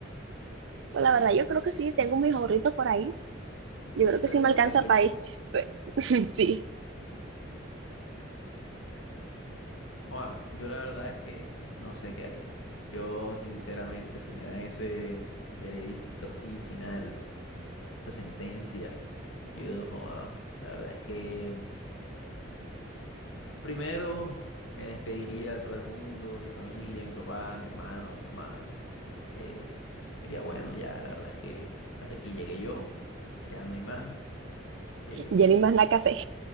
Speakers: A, on the right; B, on the left.
A: Pues la verdad, yo creo que sí, tengo mis ahorritos por ahí.
B: <laughs>
A: Yo creo
B: de-
A: que sí
B: debajo
A: me alcanza
B: del colchón.
A: para ir. Pe- <laughs> Sí,
B: Joa, yo la verdad es que no sé qué haría. Yo, sinceramente, si me dan ese veredicto así final, esa sentencia, yo, joa, la verdad es que mm, primero me despediría a todo el mundo, a mi familia, a mi papá, a mi hermano, a mi mamá. Eh, diría, bueno, ya la verdad es que hasta aquí llegué yo, ya no hay más. Eh,
A: ya ni más nada que hacer.